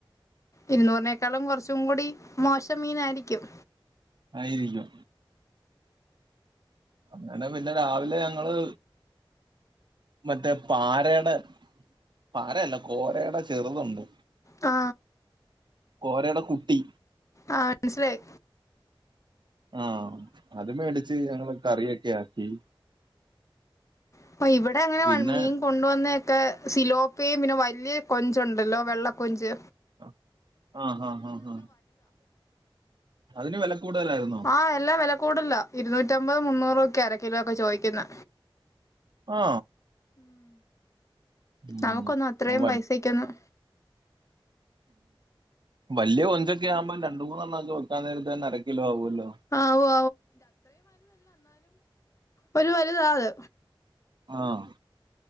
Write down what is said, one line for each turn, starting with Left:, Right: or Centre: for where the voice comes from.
Left: ഇരുന്നൂരിനെക്കാളും കുറച്ചും കൂടി മോശമായിരിക്കും
Right: ആയിരിക്കുന് അങ്ങനെ പിന്നെ രാവിലെ ഞങ്ങള് മറ്റേ പാരേടെ പാരയല്ല കോരേടെ ചെറുതുണ്ട്
Left: ആ
Right: കോരേടെ കുട്ടി
Left: ആ മനസിലായി
Right: ആ അത് മേടിച്ച് ഞങ്ങള് കറിയൊക്കെ ആക്കി
Left: അപ്പൊ ഇവിടെ അങ്ങനെ
Right: പിന്നെ
Left: മീൻ കൊണ്ടുവന്നേക്കെ സിലോപ്പയും പിന്നെ വലിയ കൊഞ്ചുണ്ടല്ലോ വെള്ളകൊഞ്ച്
Right: ഹ ഹ ഹാ ഹാ അതിനു വില കൂടുതലായിരുന്നോ
Left: ആ എല്ലാവില കൂടുതലാ ഇരുത്തുറ്റിയമ്പത് മുന്നൂറ് ഇക് അരക്കിലോക്കെ ചോദിക്കണെ
Right: ആ ഉം
Left: അവക്കൊന്നു അത്രയും പൈസക് ഒന്നും
Right: വലിയ കൊഞ്ച്ഒക്കെ ആവുമ്പോൾ വയ്ക്കാൻ നേരത്ത്തന്നെ അരകിലോ അവലോ
Left: ആവും ഒര് വലുതാ അത്
Right: ആഹ്